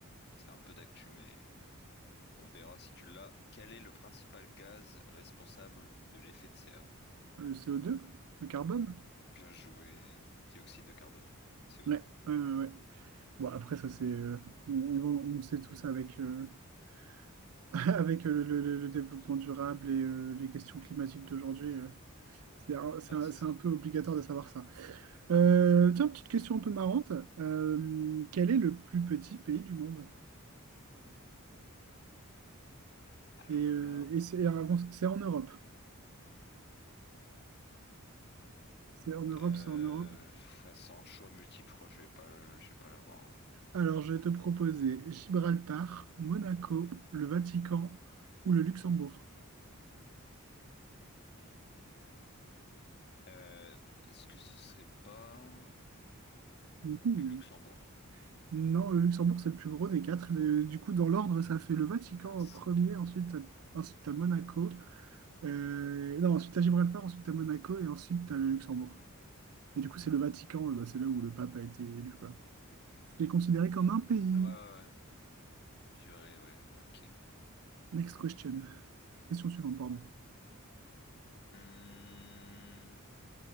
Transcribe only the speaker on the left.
c'est un peu d'actu mais on verra si tu l'as, quel est le principal gaz responsable de l'effet de serre?
Bien joué. Dioxyde de carbone du coup, CO2.
Ouais
c'est
ça.
Alors
là,
euh,
pff, sans choix multiple, je crois que je vais pas, le- je vais pas l'avoir. hein.
Euh, est-ce que ce serait pas
le Luxembourg?
Mince.
Ouais, ouais, ouais. Purée, ouais, ok.
Hum,